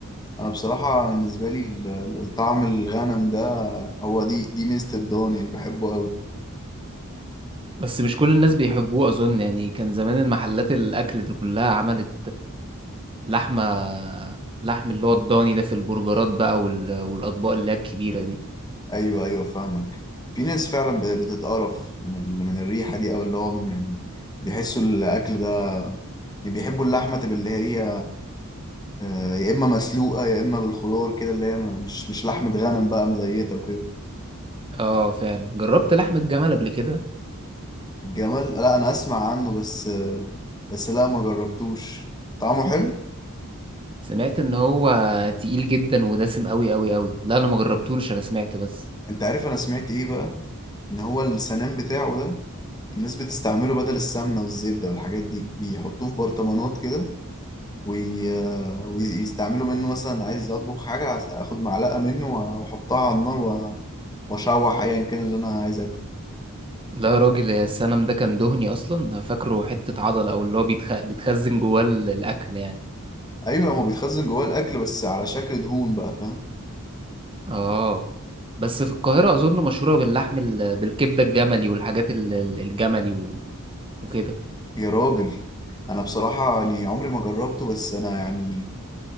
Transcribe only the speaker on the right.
بس مش كل الناس بيحبوه اظن يعني كان زمان المحلات الاكل دي كلها عملت لحمة لحم اللي هو الضاني ده في البرجرات بقى وال... والأطباق اللي هي الكبيرة دي
اه فعلا جربت لحم الجمل قبل كده
سمعت ان هو تقيل جدا ودسم قوي قوي قوي لا انا ما جربتوش انا سمعت بس
لا يا راجل يا السنم ده كان دهني اصلا أنا فاكره حتة عضلة او اللي هو بيتخ... بيتخزن جواه ال- الاكل يعني
اه بس في القاهرة اظن مشهورة باللحم ال... بالكبدة الجملي والحاجات ال... ال- الجملي و... وكده